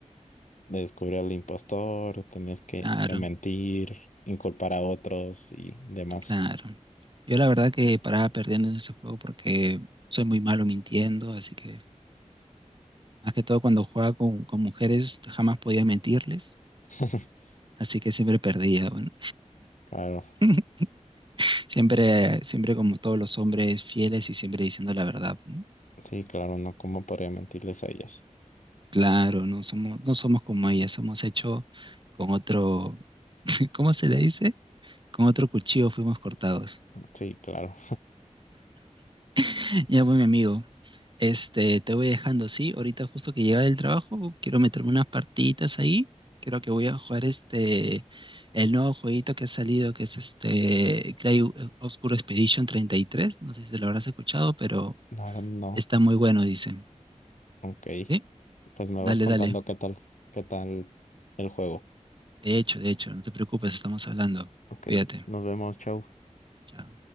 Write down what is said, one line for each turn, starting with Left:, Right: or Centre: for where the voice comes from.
Left: de descubrir al impostor, tenías que,
Right: Claro,
Left: que mentir, inculpar a otros y demás.
Right: claro. Yo la verdad que paraba perdiendo en ese juego porque soy muy malo mintiendo, así que más que todo cuando jugaba con, con mujeres jamás podía mentirles,
Left: <laughs>
Right: así que siempre perdía, bueno.
Left: Claro,
Right: <laughs> Siempre, siempre como todos los hombres fieles y siempre diciendo la verdad, ¿no?
Left: sí, claro, no, ¿cómo podría mentirles a ellos?
Right: Claro, no somos, no somos como ellas, somos hechos con otro, <laughs> ¿cómo se le dice? Con otro cuchillo fuimos cortados.
Left: Sí, claro.
Right: <laughs> Ya, pues, mi amigo. Este, te voy dejando, sí. Ahorita justo que llega del trabajo, quiero meterme unas partiditas ahí. Creo que voy a jugar este, el nuevo jueguito que ha salido, que es este Clay Obscure Expedition treinta y tres No sé si lo habrás escuchado, pero
Left: <laughs> La verdad, no.
Right: está muy bueno, dicen.
Left: Ok.
Right: ¿Sí?
Left: Pues me
Right: Dale,
Left: vas contando
Right: dale.
Left: qué tal, qué tal el juego.
Right: De hecho, de hecho, no te preocupes, estamos hablando.
Left: Ok,
Right: Cuídate.
Left: nos vemos, chau.
Right: Chao.